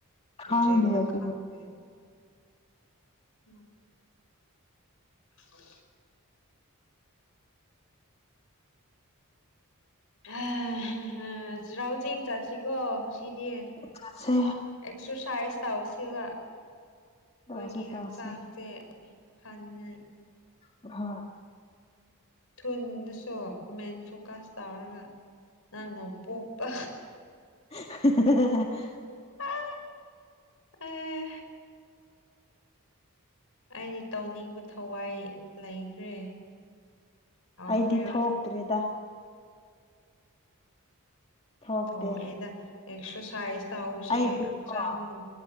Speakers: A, on the left; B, on the left.
A: ꯈꯪꯗꯦ
B: ꯎꯆꯦꯛꯇ
A: ꯑꯗꯨ
B: ꯈꯪꯗꯦ ꯎꯝ <inaudible> ꯑꯥꯍꯍ ꯆꯩꯔꯥꯎꯆꯤꯡ ꯆꯠꯁꯤꯀꯣ ꯁꯤꯗꯤ ꯑꯦꯛꯁꯔꯁꯥꯏꯁ
A: ꯆꯠꯁꯦ
B: ꯇꯧꯁꯦꯕ ꯑꯩꯈꯣꯏꯒꯤ
A: ꯇꯧꯁꯦ ꯇꯧꯁꯦ
B: ꯍꯛꯆꯥꯡꯁꯦ ꯐꯅꯤꯡꯉꯥꯏ
A: ꯍꯣꯏ
B: ꯊꯨꯟꯗꯨꯁꯨ ꯃꯦꯟ ꯐꯣꯀꯁ ꯇꯧꯔꯒ ꯅꯪꯅ ꯄꯣꯛꯄ
A: ꯍꯥꯍꯥ ꯍꯍꯍ
B: ꯑꯥ ꯑꯩ ꯑꯩꯗꯤ ꯇꯧꯅꯤꯡꯕ ꯊꯋꯥꯏ ꯂꯩꯈ꯭ꯔꯦ ꯍꯥꯎꯈ꯭ꯔꯦꯕ
A: ꯑꯩꯗꯤ ꯊꯣꯛꯇ꯭ꯔꯦꯗ ꯊꯣꯛꯇꯦ
B: ꯊꯣꯛꯑꯦꯗ ꯑꯦꯛꯁꯔꯁꯥꯏꯁ ꯇꯧꯕꯁꯦ
A: ꯑꯩꯗꯤꯀꯣ
B: ꯍꯛꯆꯥꯡꯃꯨ